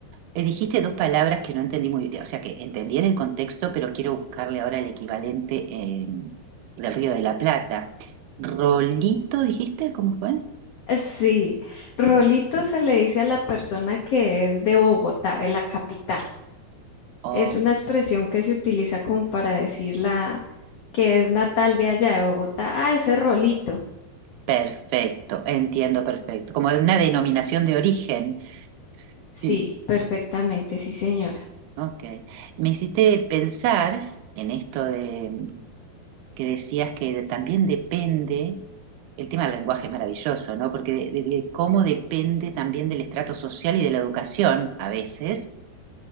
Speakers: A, on the right; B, on the left.
A: Eh, dijiste dos palabras que no entendí muy bien, o sea que entendí en el contexto, pero quiero buscarle ahora el equivalente en- del Río de la Plata. Rolito, dijiste, ¿cómo fue?
B: Eh, Sí, Rolito se le dice a la persona que es de Bogotá, de la capital.
A: Oh,
B: Es una expresión que se utiliza como para decir la que es natal de allá de Bogotá. Ah, ese Rolito.
A: perfecto, entiendo perfecto, como una denominación de origen.
B: Sí,
A: Sí.
B: perfectamente, sí, señora.
A: Ok. Me hiciste pensar en esto de mm, que decías que de- también depende, el tema del lenguaje es maravilloso, ¿no? Porque de, de- de cómo depende también del estrato social y de la educación a veces.